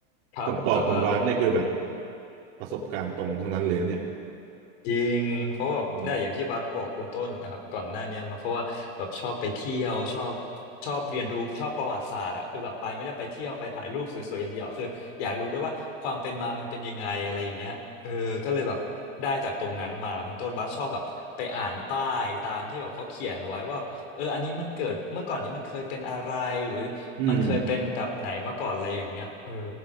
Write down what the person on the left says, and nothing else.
ครับแต่ว่าอะไรนะ
จริงเพราะว่าแบบเนี่ยอย่างที่บัสบอกคุณต้นนะครับก่อนหน้าเนี้ยเนาะเพราะว่าแบบชอบไปเที่ยวชอบ
ชอบเรียนรู้ชอบประวัติศาสตร์อะคือแบบไปไม่ได้ไปเที่ยวไปถ่ายรูปสวยๆอย่างเดียวคืออยากรู้ด้วยว่าความเป็นมามันเป็นยังไงอะไรอย่างเงี้ยเออก็เลยแบบได้จากตรงนั้นมาคุณต้นบัสชอบแบบไปอ่านป้ายตามที่แบบเขาเขียนไว้ว่าเอออันนี้มันเกิดเมื่อก่อนนี้มันเคยเป็นอะไรหรือ
มันเคยเป็นแบบไหนมาก่อนอะไรอย่างเงี้ยเออ